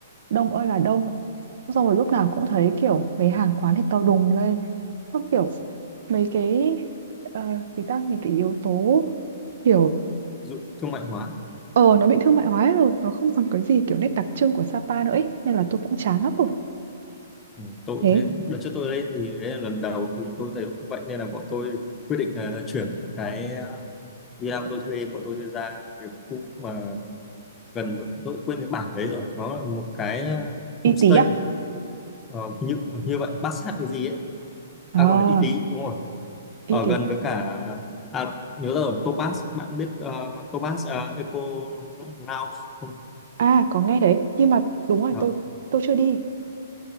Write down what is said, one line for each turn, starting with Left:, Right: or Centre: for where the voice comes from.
Right: đông ơi là đông xong rồi lúc nào cũng thấy kiểu mấy hàng quán thì to đùng lên các kiểu mấy cái uh, thì ta những cái yếu tố kiểu
Left: Dụ, thương mại hóa
Right: Ờ nó bị thương mại hóa hết rồi Nó không còn cái gì kiểu nét đặc trưng của Sapa nữa ấy. Nên là tôi cũng chán lắm rồi
Left: ừ. tôi cũng
Right: Thế
Left: thế đợt trước tôi lên thì đấy là lần đầu thì tôi thấy cũng vậy nên là bọn tôi quyết định là chuyển cái ờ, villa bọn tôi thuê bọn tôi ra cái khu mà gần tôi quên cái bản đấy rồi nó là một cái ờ,
Right: Y
Left: homestay
Right: tí à
Left: ờ, như như vậy bát sát cái gì ấy
Right: À
Left: à còn y tí đúng rồi
Right: Y
Left: ở
Right: tí
Left: gần với cả à, nhớ ra rồi Topaz bạn biết ờ, Topaz ờ, Eco Now không
Right: À có nghe đấy Nhưng mà đúng rồi
Left: đó.
Right: tôi tôi chưa đi